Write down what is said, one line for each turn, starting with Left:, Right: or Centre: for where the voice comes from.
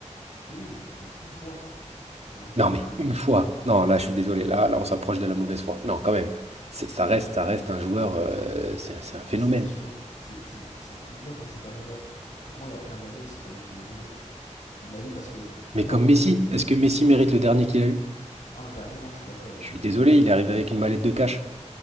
Left: Oui, oui, mais une fois, tu vois.
Right: Non, mais
Left: Et.
Right: une fois. Non, là, je suis désolé. Là, là, on s'approche de la mauvaise foi. Non, quand même. C'est, ça reste,
Left: je-
Right: ça reste un joueur. euh, c'est un, c'est un
Left: Non,
Right: phénomène.
Left: mais c'est bien sûr. C'est, c'est, c'est un... Mais tu vois, comme c'est Ballon d'Or, pour moi, il y a plein d'années où c'est pas lui qui le mérite. Il l'a eu parce que. Pour
Right: Mais
Left: moi,
Right: comme
Left: Ronaldo,
Right: Messi,
Left: il a eu plein
Right: est-ce
Left: de.
Right: que Messi mérite le dernier qu'il a eu?
Left: Non, le dernier, non, je suis d'accord, il
Right: Je
Left: le mérite
Right: suis désolé,
Left: pas.
Right: il est arrivé avec une mallette de cash.